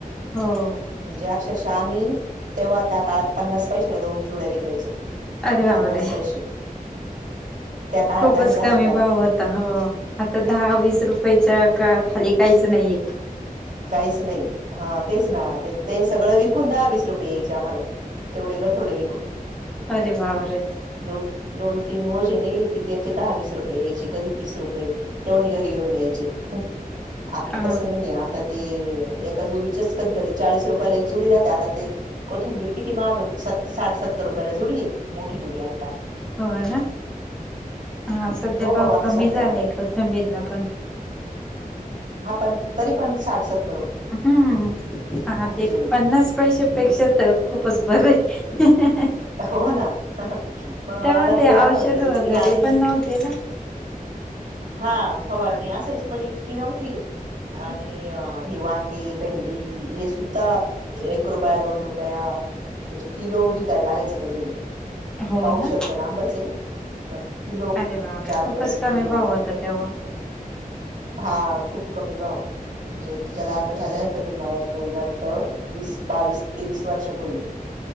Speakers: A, in the centre; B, on the right (about 55°).
A: हो.
B: म्हणजे अक्षरशः आम्ही तेव्हा त्या काळात पन्नास पैशाला दोन जुड्या विकायचो.
A: अरे बापरे!
B: पन्नास पैसे त्या काळात
A: खूपच
B: आणि भाजी
A: कमी भाव होता हो आता दहा वीस रुपयाच्या का खाली काहीच नाहीये.
B: काहीच नाही हा तेच ना ते ते सगळं विकून दहा-वीस रुपये यायचे आम्हाला. तेवढे गं थोडे विकून.
A: अरे बापरे
B: दोन दोन तीन ओझे नेले कि त्याचे दहा वीस रुपये यायचे कधी तीस रुपये तेवढे घरी घेऊन यायचे आता
A: अ
B: तसं नाहीय आ आता ते एका जुडीचेच कधी-कधी चाळीस रुपयाला एक जुडी जाते आता ते कोथिंबीर किती महाग साठ सत्तर रुपयाला जुडी आहे मोठी जुडी आता.
A: हो ना हा सध्या
B: हो
A: भाव
B: आता
A: कमी
B: सध्या
A: झालाय कोथंबीरला पण.
B: हा पण तरी पण साठ सत
A: हम्म हा ते
B: जोडी
A: पन्नास पैशापेक्षा तर खूपच बर आहे.
B: हो ना मला
A: तेव्हा
B: ते आठवत
A: औषध
B: कधी-कधी
A: वगैरे
B: आणि
A: पण नव्हते ना
B: हा फवारणी असायची पण इतकी नव्हती
A: हम्म.
B: आणि अ ही वांगी, भेंडी हे सुद्धा एक रुपया दोन रुपया म्हणजे किलो विकाय लागायचं कधी-कधी
A: हो
B: पाऊसर
A: ना
B: तर लांबच आहे पण किलो
A: अरे बापरे
B: चार
A: खूपच
B: रुपयाचा
A: कमी
B: किलो.
A: भाव होता तेव्हा
B: हा खूप कमी भाव म्हणजे त्याला आता झालंय असेल मला तर वाटतं वीस, बावीस, तेवीस वर्षपूर्वी.